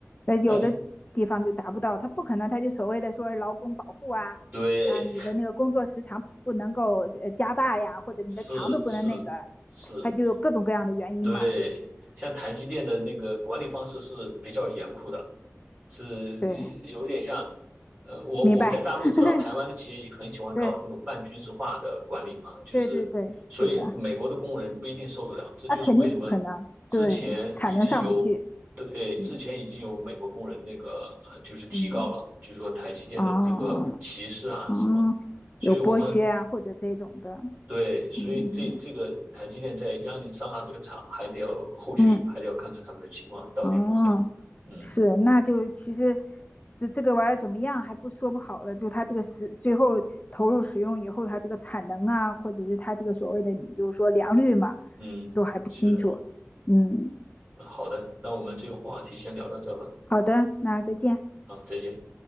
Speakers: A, on the left (about 30°); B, on the right (about 35°).
A: 那有的地方就达不到，
B: 那你
A: 他不可能，他就所谓的说是劳工保护啊，
B: 对，
A: 啊，你的那个工作时长不能够呃加大呀，或者你的强度不能那个，
B: <laughs> 是是是，
A: 他就有各种各样的原因嘛。
B: 对，像台积电的那个管理方式是比较严酷的，是呃有点像，
A: 对，
B: 呃，我我们在大陆知道，
A: 明白，<laughs>
B: 台湾的企业也很喜欢搞这种半军事化的管理嘛，
A: 对，
B: 就是所以美国的工人不一定受得了，
A: 对对对，是的，
B: 这就是为什么
A: 那肯定不可能，
B: 之前已经有对，
A: 对，产能上不去，
B: 呃，
A: 嗯
B: 之前已经有美国工人那个呃，就是提告了，
A: 嗯，
B: 就是说台积电的这个歧视啊什么，
A: 哦哦，
B: 所以我们
A: 有剥削啊，或者这种的，
B: 对，所以这这个台积电在亚利桑那这个厂还得要后续还得要看看他们的情况到底如何。
A: 嗯嗯哦。
B: 嗯
A: 是，那就其实这这个玩意儿怎么样还不说不好的，就它这个是最后投入使用以后，它这个产能啊，或者是它这个所谓的你就是说良率嘛，
B: 嗯，
A: 都还不清楚。
B: 是的，
A: 嗯，
B: 那好的，那我们这个话题先聊到这吧。
A: 好的，那再见。
B: 好，再见。